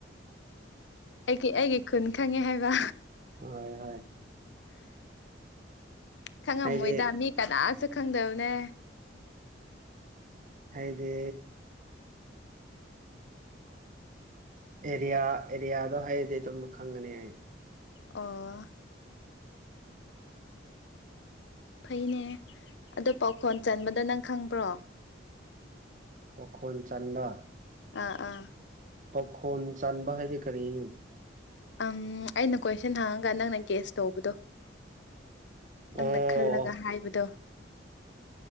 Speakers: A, on the left (about 70°); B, on the right (about 45°).
A: ꯑꯩꯒꯤ ꯑꯩꯒꯤ ꯈꯨꯟ ꯈꯪꯉꯦ ꯍꯥꯏꯕ
B: ꯍꯣꯏ ꯍꯣꯏ
A: ꯈꯪꯉꯝꯃꯣꯏꯗꯥ
B: ꯍꯥꯏꯗꯤ
A: ꯃꯤ ꯀꯅꯥꯁꯨ ꯈꯪꯗꯕꯅꯦ
B: ꯍꯥꯏꯗꯤ ꯑꯦꯔꯤꯌꯥ ꯑꯦꯔꯤꯌꯥꯗꯣ ꯍꯥꯏꯔꯗꯤ ꯑꯗꯨꯝ ꯈꯪꯒꯅꯤ ꯑꯩ
A: ꯑꯣ ꯐꯩꯅꯦ ꯑꯗꯣ ꯄꯥꯎꯈꯣꯟ ꯆꯟꯕꯗꯣ ꯅꯪ ꯈꯪꯕ꯭ꯔꯣ
B: ꯄꯥꯎꯈꯣꯟ ꯆꯟꯕ
A: ꯑꯥ ꯑꯥ
B: ꯄꯥꯈꯣꯟ ꯆꯥꯟꯕ ꯍꯥꯏꯗꯤ ꯀꯔꯤꯅꯣ
A: ꯪ ꯑꯩꯅ ꯀꯣꯏꯁꯟ ꯍꯪꯉꯒꯥ ꯅꯪꯅ ꯒ꯭ꯦꯁ ꯇꯧꯕꯗꯣ ꯅꯪꯅ
B: ꯑꯣ
A: ꯈꯜꯂꯒꯥ
B: ꯑꯣ
A: ꯍꯥꯏꯕꯗꯣ